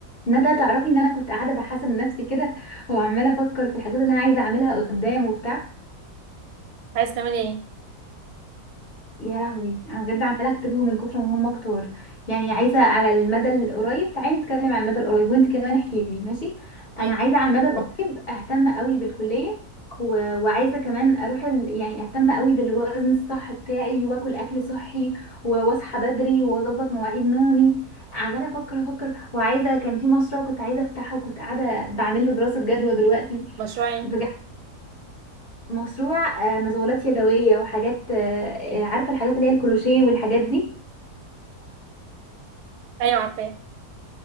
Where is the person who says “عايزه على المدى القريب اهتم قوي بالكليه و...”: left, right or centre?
Left